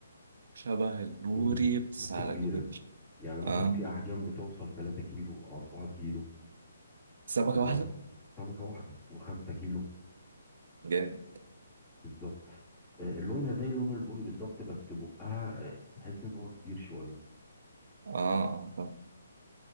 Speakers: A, on the right; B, on the left.
A: شبه البوري
B: مم.
A: بس
B: بس
A: على
B: كبيره
A: كبير
B: يعني مثلا
A: اه
B: في احجام بتوصل 3 كيلو 4 كيلو
A: سمكة
B: واخد
A: واحدة
B: بالك سمكه واحده و5 كيلو
A: جامد
B: بالظبط آه، لونها زي لون البوري بالظبط بس بقها آه، تحس ان هو كبير شويه
A: اه اه طبعا